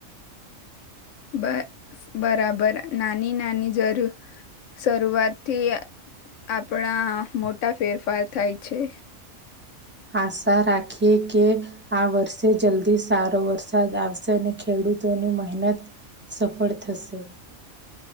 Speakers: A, on the left; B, on the right.
A: બ બરાબર નાની નાની જરૂર શરૂઆતથી આપણા મોટા ફેરફાર થાય છે.
B: આશા રાખીએ કે આ વર્ષે જલ્દી સારો વરસાદ આવશે ને ખેડુ ખેડૂતોની મહેનત સફળ થશે